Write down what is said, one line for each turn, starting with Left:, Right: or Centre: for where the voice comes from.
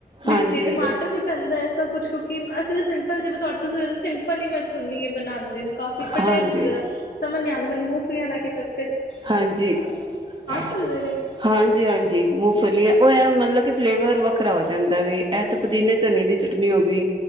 Left: ਵਿੱਚੇ
Right: ਹਾਂਜੀ
Left: ਟਮਾਟਰ ਵੀ ਪੈਂਦਾ ਹੈ। ਸਭ ਕੁਛ ਕੁਕਿੰਗ ਅਸੀਂ ਤਾਂ ਸਿੰਪ <unintelligible> ਜਿਵੇਂ ਤੁਹਾਡ ਸਿੰਪਲ ਈ ਮੈਂ ਸੁਣੀ ਏ ਬਣਾਦੇ ਨੇ ਕਾਫੀ ਬਟ
Right: ਹਾਂਜੀ
Left: ਇਹ ਸਮਝ ਨੀ ਆਂਦਾ ਮੂੰਫਲੀਆਂ ਲਾ ਦਾ ਕੀ ਚੱਕ
Right: ਹਾਂਜੀ, ਹਾਂਜੀ-
Left: ਸਕਦੇ ਨੇ
Right: ਹਾਂਜੀ ਮੂੰਫਲੀਆਂ ਉਹ ਐਂ ਮਤਲਬ ਕਿ ਫਲੇਵਰ ਵੱਖਰਾ ਹੋ ਜਾਂਦਾ ਵੇ ਇਹ ਤਾਂ ਪੁਦੀਨੇ ਧਨੀਏ ਦੀ ਚਟਨੀ ਹੋ ਗਈ।